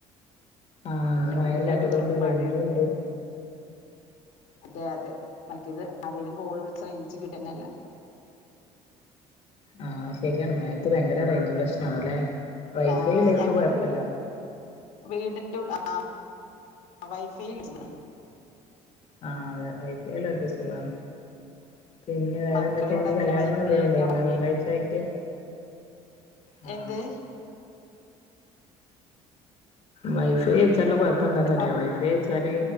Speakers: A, on the left; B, on the left.
A: ആഹ് ഇന്ന്
B: ന്റെ
A: മഴ
B: മുൻസായിട്ട്
A: ഇല്ലാത്തത്
B: വെറും
A: കൊണ്ട്
B: മഴായിരുന്നില്ലേ?
A: റേഞ്ചും ഉണ്ട്
B: അതെ അതെ മറ്റേത് ആരെലും കോള് വിളിച്ച റേഞ്ച് കിട്ടന്നല്ല.
A: ആ ശരിയാണ് മയത്ത് ഭയങ്കര റേഞ്ച് പ്രശ്ന ആണ്ല്ലേ വൈഫൈ
B: ആഹ്
A: ഉള്ളവർക്ക്
B: ഞങ്ങള്
A: കുഴപ്പല്ല.
B: വീട് വീടിന്റെ ഉള്ളിൽ <unintelligible> ആ <unintelligible> വൈഫൈൽ പോണം.
A: ആ അതെ വൈഫൈ ഉള്ളോർക്ക് സുഖാണ്. പിന്നെ വേറെ
B: മക്കൾ
A: എന്തൊക്കെന്ന്
B: ഇവിടെ ഇങ്ങനെ
A: കല്യാണങ്ങൾ
B: വൈഫൈ
A: എന്തെങ്കലും ഉണ്ടായിനോ
B: ഒക്കെയാണെ
A: ഞായറാഴ്ച ആയിട്ട്? ആ.
B: എന്ത്
A: വൈഫൈ വെച്ചാലുള്ള കൊഴപ്പം എന്താന്നറിയോ
B: എന്താ
A: വൈഫൈ വെച്ചാല്